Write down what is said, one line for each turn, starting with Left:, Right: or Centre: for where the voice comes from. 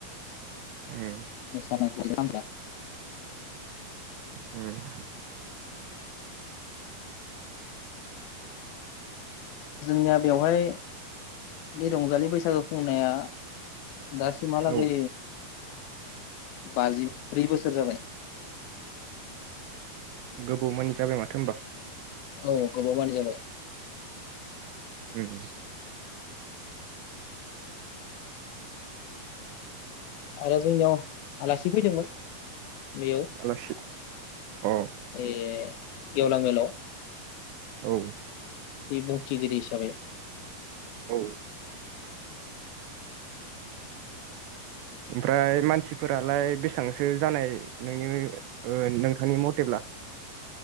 Right: उम
Left: मोसानाय <unintelligible>
Right: हम
Left: जोंनिया बेवहाय बे रंजालि बैसागो खुंनाया दसिम माला
Right: औ
Left: गै बाजिब्रै बोसोर जाबाय।
Right: गोबाव मानि जाबाय माथो होनोमबा।
Left: औ गोबावाबानो जाबाय
Right: उम
Left: आरो जोंनियाव आलासि फैदोंमोन बेयाव
Right: आलासि अ
Left: ए गेवलां बेलाव
Right: औ
Left: बे बुंथिगिरि हिसाबै
Right: औ ओमफ्राय मानसिफोरालाय बेसांसो जानाय नोंनि ओ नोंथांनि म'थेब्ला